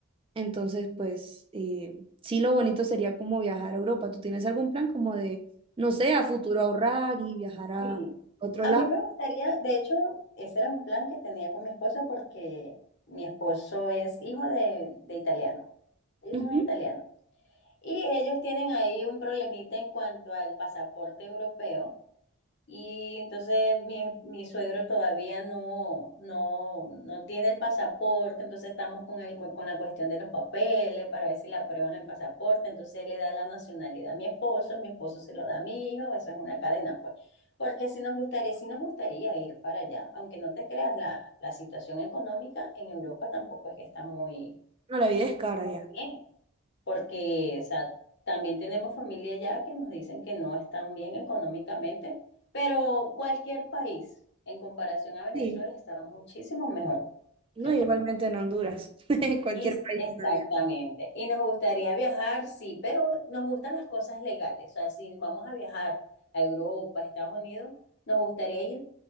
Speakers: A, on the right; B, on the left.
A: Entonces, pues eh, sí, lo bonito sería como viajar a Europa. ¿Tú tienes algún plan como de, no sé, a futuro ahorrar y viajar a
B: Sí,
A: otro
B: a
A: lado?
B: mí me gustaría, de hecho, ese era un plan que tenía con mi esposo porque mi esposo es hijo de, de italiano, ellos
A: Ujú.
B: son italianos y ellos tienen ahí un problemita en cuanto al pasaporte europeo. Y entonces mi, mi suegro todavía no, no, no tiene el pasaporte, entonces estamos con el, cu- con la cuestión de los papeles para ver si le aprueban el pasaporte, entonces él le da la nacionalidad a mi esposo, mi esposo se lo da a mi hijo, eso es una cadena, pues. Porque si nos gustaría, si nos gustaría ir para allá, aunque no te creas, la, la situación económica en Europa tampoco es que está muy,
A: No, la vida es cara
B: muy
A: ya.
B: bien porque, o sea, también tenemos familia allá que nos dicen que no están bien económicamente, pero cualquier país en comparación a Venezuela
A: Sí,
B: está muchísimo mejor
A: no,
B: que aquí.
A: igualmente en Honduras, <laughs> cualquier
B: Y sí,
A: país
B: exactamente.
A: también.
B: Y nos gustaría viajar, sí, pero nos gustan las cosas legales. O sea, si vamos a viajar a Europa, a Estados Unidos, nos gustaría ir